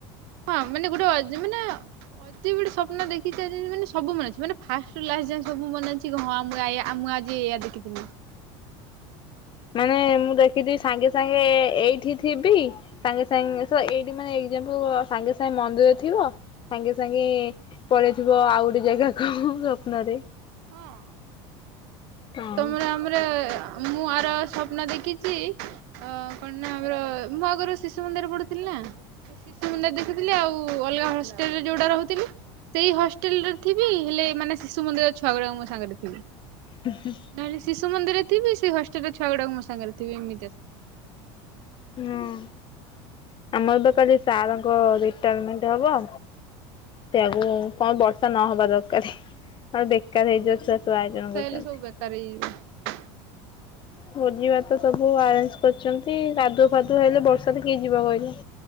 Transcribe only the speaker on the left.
ମାନେ ମୁଁ ଦେଖିଥିବି ସାଙ୍ଗେ ସାଙ୍ଗେ ଏଇଠି ଥିବି ସାଙ୍ଗେ ସାଙ୍ଗେ ସଏଇଠି ମାନେ ଏଗଜ୍ମଫୁଲ୍ ସାଙ୍ଗେ ସାଙ୍ଗେ ମନ୍ଦିରରେ ଥିବ ସାଙ୍ଗେ ସାଙ୍ଗେ ପଳେଇଥିବ ଆଉ ଗୋଟେ ଜାଗାକୁ ସ୍ୱପ୍ନରେ।
ହଁ
ହୁଁ ହୁ।
ହୁଁ। ଆମରବା କାଲି ସାରଙ୍କ ରିଟାୟାରମେଣ୍ଟ ହବ ସେଆକୁ କଣ ବର୍ଷା ନହବା ଦରକାର ନହେଲେ ବେକାର ହେଇଯିବ ଛୁଆ ସବୁ ଆୟୋଜନ
କରିଚନ୍ତି।
ଭୋଜି ଭାତ ସବୁ ଆରେଞ୍ଜ କରିଚନ୍ତି କାଦୁଅ ଫାଦୁଅ ହେଲେ ବର୍ଷାରେ କିଏ ଯିବ କହିଲେ।